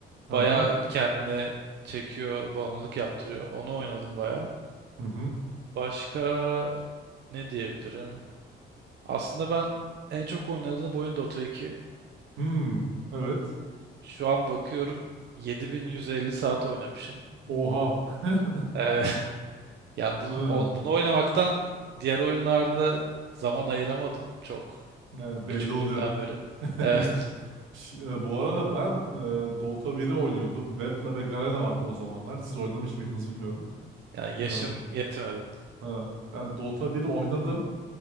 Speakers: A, on the right (about 85°); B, on the right (about 60°).
A: Aha.
B: Baya kendine çekiyor, bağımlılık yaptırıyor. Onu oynadım baya.
A: Hı hı.
B: Başka ne diyebilirim? Aslında ben en çok oynadığım oyun Dota 2.
A: Hmm, evet.
B: Şu an bakıyorum 7150 saat oynamışım.
A: Oha. <laughs>
B: Ee, <laughs> yani bu
A: Hı.
B: o- bunu oynamaktan diğer oyunlarda zaman ayıramadım çok
A: Yani belli
B: küçüklüğümden
A: oluyor.
B: beri.
A: <laughs>
B: Evet.
A: Ş- e, Bu arada ben e, Dota biri oynuyordum. Vepla ve Garena vardı o zamanlar. Siz oynamış mıydınız bilmiyorum.
B: Yani yaşım
A: E,
B: yetmedi.
A: ha, ben Dota biri oynadım.